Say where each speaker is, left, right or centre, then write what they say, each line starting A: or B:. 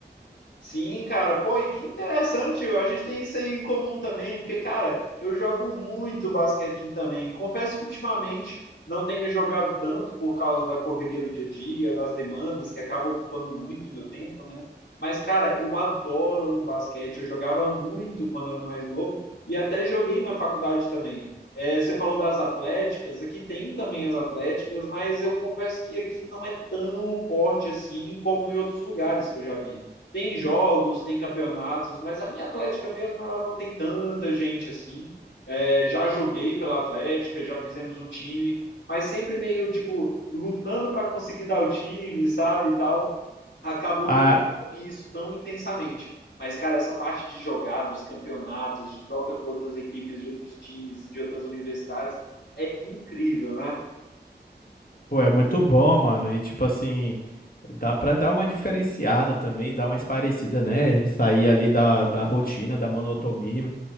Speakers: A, on the left; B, on the left.
A: Sim, cara, pô, e que interessante, a gente tem isso aí em comum também, porque, cara, eu jogo muito basquete também. Confesso que ultimamente não tenho jogado tanto por causa da correria do dia a dia, das demandas, que acaba ocupando muito meu tempo, né? Mas, cara, eu adoro um basquete, eu jogava muito quando era mais novo e até joguei na faculdade também. É, você falou das atléticas, aqui tem também as atléticas, mas eu confesso que aqui não é tão forte assim como em outros lugares que eu já vi. Tem jogos, tem campeonatos, mas a minha Atlética mesmo, ela não tem tanta gente assim. É, já joguei pela Atlética, já fizemos um time, mas sempre meio, tipo, lutando para conseguir dar o time, sabe, e tal. Acabou
B: Ah,
A: que eu não vi isso tão intensamente. Mas, cara, essa parte de jogar, dos campeonatos, de troca com outras equipes de outros times, de outras universidades, é incrível, né?
B: pô, é muito bom, mano. E, tipo assim, dá pra dar uma diferenciada também, dar mais parecida, né? Sair ali da, da rotina, da monotonia.